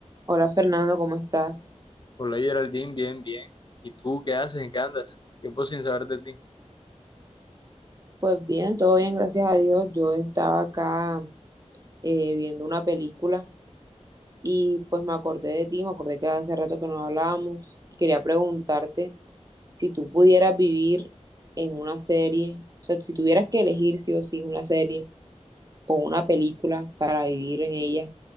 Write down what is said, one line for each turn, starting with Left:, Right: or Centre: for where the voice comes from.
Right: Hola Fernando, ¿cómo estás?
Left: Hola Geraldine, bien, bien. ¿Y tú qué haces? ¿En qué andas? Tiempo sin saber de ti.
Right: Pues bien, todo bien, gracias a Dios. Yo estaba acá eh, viendo una película y pues me acordé de ti, me acordé que hace rato que no hablábamos y quería preguntarte si tú pudieras vivir en una serie, o sea, si tuvieras que elegir sí o sí una serie o una película para vivir en ella,